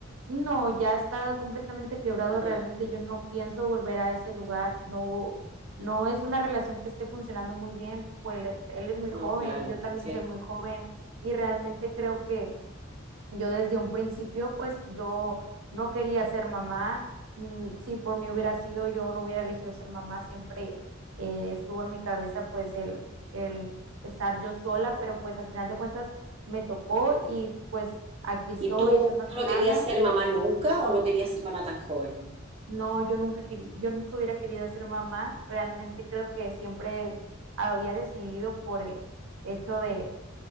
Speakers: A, on the right; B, on the right.
A: No, ya está completamente quebrado. Realmente
B: Ya,
A: yo no pienso volver a ese lugar. No, no es una relación que esté funcionando muy bien. Pues él es muy
B: no,
A: joven,
B: claro,
A: yo también
B: sí.
A: soy muy joven y realmente creo que yo desde un principio, pues yo no quería ser mamá. Mm, Si por mí hubiera sido, yo no hubiera elegido ser mamá. Siempre eh, estuvo en mi cabeza, pues el, el estar yo sola, pero pues al final de cuentas me tocó y pues aquí estoy
B: ¿Y tú,
A: echándole
B: tú no querías
A: ganas
B: ser mamá nunca o no querías ser mamá tan joven?
A: No, yo nunca querí, yo nunca hubiera querido ser mamá. Realmente creo que siempre había decidido por el hecho de